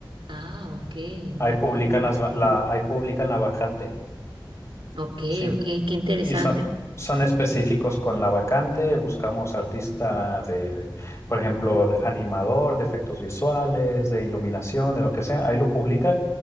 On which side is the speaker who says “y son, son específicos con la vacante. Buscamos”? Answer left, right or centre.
Left